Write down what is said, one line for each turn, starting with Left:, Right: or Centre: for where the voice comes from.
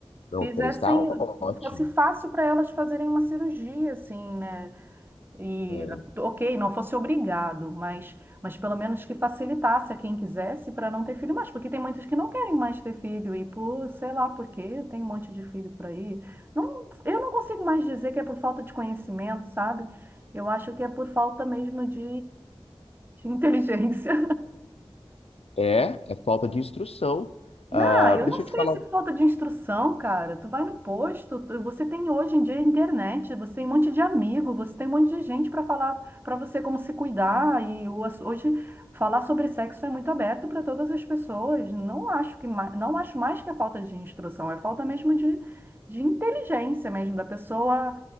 Left: Não,
Right: fizessem,
Left: três está ótimo.
Right: fosse fácil para elas fazerem uma cirurgia, assim, né? E,
Left: É,
Right: ok, não fosse obrigado, mas, mas pelo menos que facilitasse a quem quisesse para não ter filho mais, porque tem muitos que não querem mais ter filho e por, sei lá por quê, tem um monte de filho por aí. Não, eu não consigo mais dizer que é por falta de conhecimento, sabe? Eu acho que é por falta mesmo de, de <laughs> inteligência.
Left: É, é falta de instrução.
Right: Não,
Left: Ah,
Right: eu
Left: deixa
Right: não sei
Left: eu te falar.
Right: se falta de instrução, cara. Tu vai no posto, tu- você tem hoje em dia internet, você tem um monte de amigo, você tem um monte de gente para falar para você como se cuidar e o ass- hoje falar sobre sexo é muito aberto para todas as pessoas. Não acho que ma- não acho mais que é falta de instrução, é falta mesmo de, de inteligência mesmo da pessoa